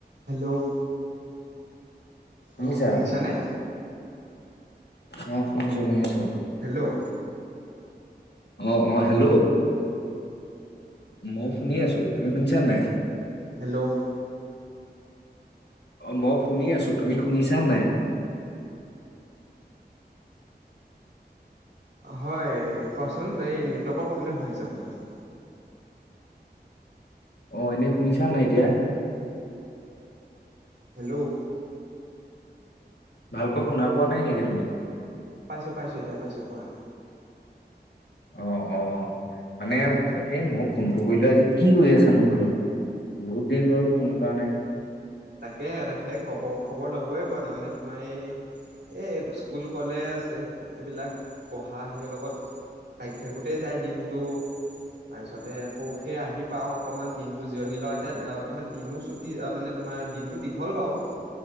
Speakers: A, on the right; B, on the left.
A: Hello
B: শুনিছা
A: অ, শুনিছানে?
B: অ, শুনিছো-শুনিছো
A: হেল্ল'
B: অ-অ, হেল্ল' মই শুনি আছো, তুমি শুনিছা নাই?
A: হেল্ল'
B: অ, মই শুনি আছোঁ। তুমি শুনিছা নাই?
A: হয়, কোৱাচোন এই ন <unintelligible> নেটৱৰ্কৰ প্ৰব্লেম হৈ আছে অকণমান।
B: অ, এনেই শুনিছা নাই এতিয়া?
A: হেল্ল'
B: ভালকৈ শুনা পোৱা নাই নেকি তুমি?
A: পাইছোঁ-পাইছোঁ, এতিয়া পাইছোঁ কোৱা।
B: অ-অ, মানে এ মই ফোনটো কৰিলো আজি কি কৰি আছানো বোলো? বহুত দিন হ'ল ফোন কৰা নাই
A: তাকে-তাকে, খবৰ-খবৰ ল'ব। সময়ে পোৱা নাই, মানে তোমাৰ এই এই স্কুল, কলেজ এইবিলাক পঢ়া সেইৰ লগত লাগি থাকোঁতেই যায় দিনটো, তাৰপিছতে আকৌ সেই আহি পাওঁ অকণমান দিনটো জিৰণি লওঁ এতিয়া। অকণমান দিনো ছুটি, মানে তোমাৰ দিনটো দীঘল বাৰু